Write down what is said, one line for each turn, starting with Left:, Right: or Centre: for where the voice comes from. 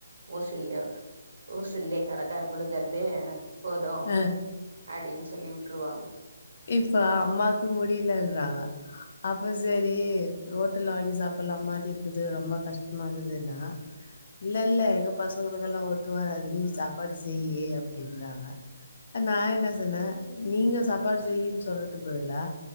Right: ஓசில்யோ ஓசில்லே கடக்கார் கூடுத் கற்தே போது
Left: ஆ
Right: அப்டின் சொல்லி உட்ருவாங்க
Left: இப்ப அம்மாக்கு முடிலன்றாங்க அப்ப செரி ரோட்டல்ல வாங்கி சாப்புல்லா மாதி இருக்குது ரொம்ப கஷ்ட்டமாக்குதுன்னா இல்லல்ல எங்க பசங்களுக் எல்லா ஒத்து வராது நீ சாப்பாடு செய்யி அப்டின்றாங்க நா என்ன சொன்ன நீங்க சாப்பாடு செய்யின் சொல்றதுக் பதுலா